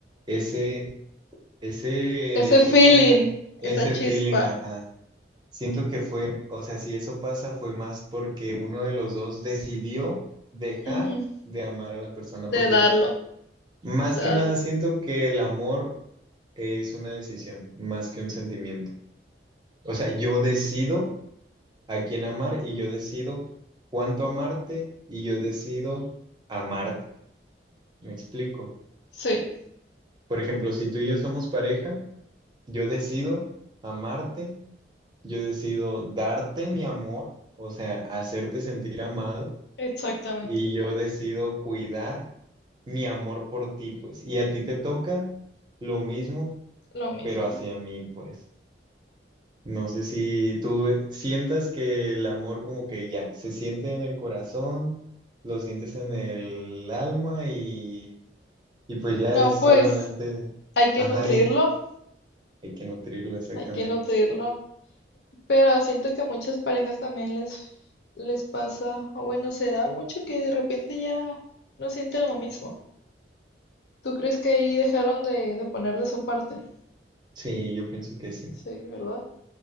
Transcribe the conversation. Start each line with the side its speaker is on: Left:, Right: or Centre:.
Right: ese, ese,
Left: Ese feeling,
Right: esa, ese
Left: esa chispa,
Right: feeling, ajá. Siento que fue, o sea, si eso pasa fue más porque uno de los dos decidió dejar
Left: ujú,
Right: de amar a la persona,
Left: de
Right: porque
Left: darlo,
Right: más
Left: de
Right: que
Left: darlo.
Right: nada siento que el amor es una decisión, más que un sentimiento. O sea, yo decido a quién amar y yo decido cuánto amarte y yo decido amarte. ¿Me explico?
Left: Sí,
Right: Por ejemplo, si tú y yo somos pareja, yo decido amarte, yo decido darte mi amor, o sea, hacerte sentir amado
Left: exactamente.
Right: y yo decido cuidar mi amor por ti, pues. Y a ti te toca lo mismo,
Left: Lo mismo.
Right: pero hacia mí, pues. No sé si tú e, sientas que el amor como que ya se siente en el corazón, lo sientes en el alma y, y pues ya
Left: No,
Right: es
Left: pues
Right: solamente,
Left: Hay que
Right: ajá,
Left: nutrirlo,
Right: y hay que nutrirlo exactamente.
Left: hay que nutrirlo, pero siento que a muchas parejas también les, les pasa, o bueno, se da mucho que de repente ya no sienten lo mismo. ¿Tú crees que ahí dejaron de, de poner de su parte?
Right: Sí, yo pienso que sí.
Left: Sí, ¿verdad?